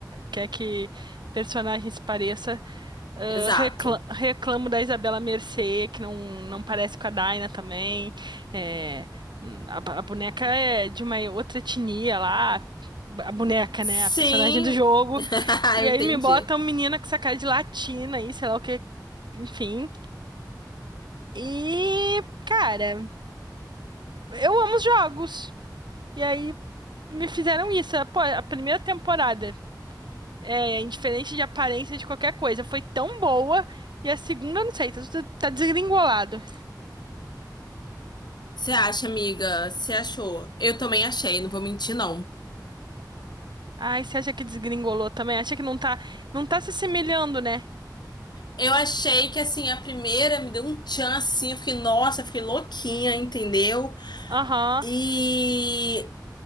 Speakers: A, on the right; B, on the left.
A: quer que personagem se pareça. Ah,
B: Exato.
A: recla- reclamo da Isabela Mercê, que não, não parece com a Daina também. É, a, ba- a boneca é de uma outra etnia lá. A boneca,
B: Sim,
A: né? A personagem do jogo.
B: <laughs>
A: E
B: eu
A: aí
B: entendi.
A: me bota uma menina com essa cara de latina aí, sei lá o que. Enfim. E, cara, eu amo os jogos. E aí me fizeram isso. Pô, a primeira temporada, é, indiferente de aparência de qualquer coisa, foi tão boa. E a segunda, eu não sei, tá, tudo- tá desgringolado.
B: Você acha, amiga? Você achou? Eu também achei, não vou mentir, não.
A: Ai, você acha que desgringolou também? Acha que não tá, não tá se assemelhando, né?
B: Eu achei que assim, a primeira me deu um tchan assim, eu fiquei, nossa, eu fiquei louquinha, entendeu?
A: Aham.
B: E